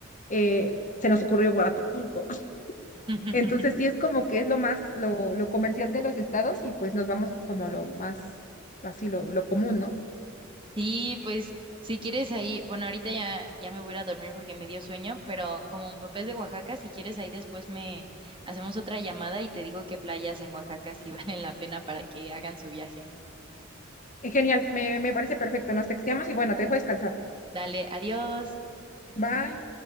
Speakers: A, on the left; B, on the right.
A: eh, se nos ocurrió Huatulco. <laughs>
B: <laughs>
A: Entonces sí es como que es lo más, lo, lo comercial de los estados y pues nos vamos como lo más, así lo, lo común, ¿no?
B: Sí, pues si quieres ahí, bueno, ahorita ya, ya me voy a ir a dormir porque me dio sueño, pero como mi papá es de Oaxaca, si quieres ahí después me hacemos otra llamada y te digo qué playas en Oaxaca sí <laughs> valen la pena para que hagan su viaje.
A: Eh, Genial, me, me parece perfecto. Nos texteamos y bueno, te dejo descansar.
B: Dale, adiós.
A: Bye.